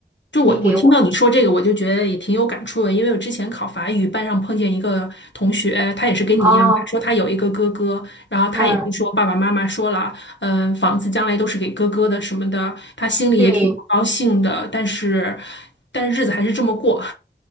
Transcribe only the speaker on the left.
就我我听到你说这个，
我就觉得也挺有感触的，因为我之前考法语，班上碰见一个同学，他也是跟你一样，
他说他有一个哥哥，然后他也是说爸爸妈妈说了，
嗯、房子将来都是给哥哥的什么的，他心里也挺不高兴的，
但是但是日子还是这么过，